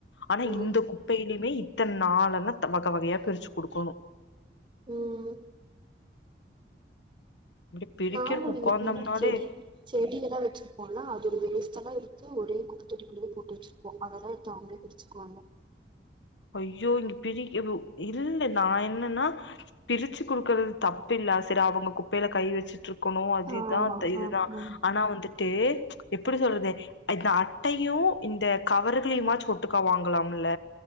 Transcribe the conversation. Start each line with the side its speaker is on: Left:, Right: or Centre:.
Left: ஆனா
Right: ம்
Left: இந்த குப்பைலயுமே இத்தன் நாளனா வக வகயா பிரிச்சு குடுக்கணு
Right: உம்
Left: இப்டி பிரிக்கிறக்கு
Right: நாமதுங்க
Left: உக்காந்தோம்னாலே
Right: பின்னடி செடி செடியல்லா வச்சுருப்போல்ல அதோட வேஸ்ட்டலா எடுத் து ஒரே குப்பதொட்டிக்குள்ளயே போட்டு வச்சிருப்போ அதெல்லா எடுத்து அவுங்களே பிரிச்சுக்குவாங்க
Left: ஐயோ இங்க பிரிகவு இல்ல நா என்னன்னா பிரிச்சு குடுக்கறது தப்பில்ல சரி அவுங்க குப்பைல கை வச்சுட்ரு க்கணு அதிதா
Right: ஆமா
Left: தை இதுதா
Right: ஆ ஆ
Left: ஆனா வந்துட்டு எப்புடி சொல்றது இந்த அட்டையு இந்த கவர்களையுமாச்சு ஒட்டுக்கா வாங்கலாமுல்ல